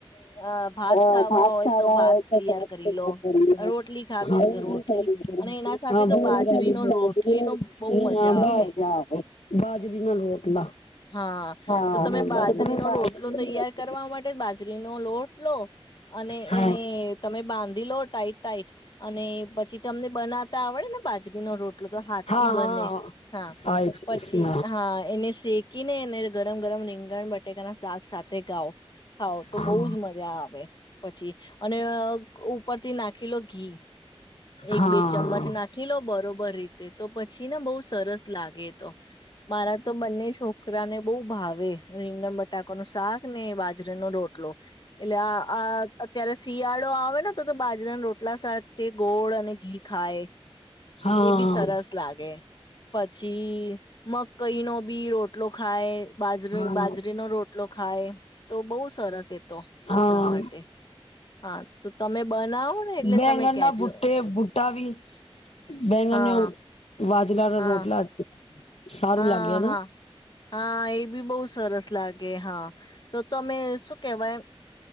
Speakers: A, on the left (about 45°); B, on the left (about 90°).
A: અ ભાત
B: અ
A: ખાવા
B: ભાત
A: હોય
B: ખાવા
A: તો ભાત.
B: તો
A: તૈયાર
B: ભાત
A: કરી
B: તૈયાર
A: લો
B: કરી લો.
A: રોટલી ખાવી
B: રોટલી
A: હોય તો રોટલી
B: કરી લો
A: અને એના સાથે તો બાજરીનો રોટલીનો
B: રોટલી અને
A: બહુ
B: એના
A: મજા
B: સાથે બાજરીની
A: આવે
B: રોટલી બહુ મજા આવે. બાજરીના રોટલા
A: હા
B: હા
A: તો તમે બાજરીનો
B: તમે બાજરીની
A: રોટલો તૈયાર
B: રોટલી
A: કરવા માટે બાજરીનો લોટ લો અને
B: હા
A: એને તમે બાંધ લો ટાઈટ-ટાઈટ અને પછી તમને બનાવતા આવડે ને બાજરીનો રોટ એટલે તો હાથ
B: હા
A: થી
B: હા
A: બને
B: આવે
A: હા
B: છે
A: પછી હા એને શેક ક નેને ગરમ ગરમ રીંગણ બટેકા ના શાક સા તે ગાઓ ખાઓ તો
B: હા
A: બહુ જ મજા આવે પછી અને ઉપરથી નાખી લો ઘી. એક
B: હા
A: બે ચમ્મચ નાખી લો બરોબર રીતે તો પછી ને બહુ સરસ લાગે. તો મારા તો બંને છોકરાને બહુ ભાવે રીંગણ બટાકો ન શાક ને બાજરેનો રોટલો. એટલે આ આ અત્યારે શિયાળો આવ હોય ને તો તો બાજરાના રોટલા સાથે ગોળ અને ઘી ખાય
B: હા
A: એ બી સરસ લાગે. પછી મકાઈ નો બી રોટલો ખાય. બાજરી
B: હા
A: બાજરીનો રોટલો ખાય તો બહુ સરસ એતો
B: હા
A: આપણા માટે હા. બનાવો ને એટલે
B: બૈંગનના
A: તમે કેજો
B: બૂટે બૂટા બ બૈંગન
A: હા
B: વાજલાના
A: હા
B: રોટલા સારું
A: હા
B: લાગયાના.
A: હા હા એ બી બહઉુ સરસ લાગે. કે હા. તો તમે શું કેવાય